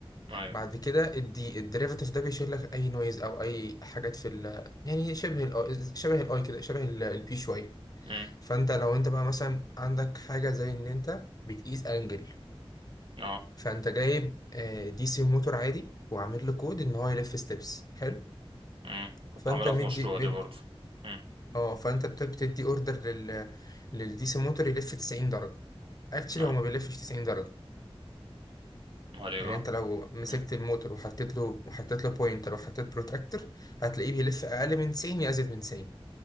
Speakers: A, on the right (about 60°); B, on the left (about 40°).
A: أيوه
B: بعد كده الدي الديريفاتيف ده بيشيل لك اي نويز او اي حاجات في ال يعني شبه ال شبه الاي كده شبه البي شويه
A: مم.
B: فانت لو انت بقى مثلا عندك حاجه زي ان انت بتقيس انجل
A: اه
B: فانت جايب دي سي موتور عادي وعامل له كود ان هو يلف ستيبس حلو
A: مم. كنت
B: فانت
A: عاملها
B: مدي
A: في مشروع
B: مد
A: دي برضه مم.
B: اه فانت بت- بتدي اوردر لل للدي سي موتور يلف 90 درجه اكشلي
A: آه.
B: هو ما بيلفش 90 درجه
A: امال ايه
B: يعني
A: بقى
B: انت لو مسكت
A: مم.
B: الموتور وحطيت له وحطيت له بوينتر وحطيت بروتراكتور هتلاقيه بيلف اقل من 90 يا ازيد من 90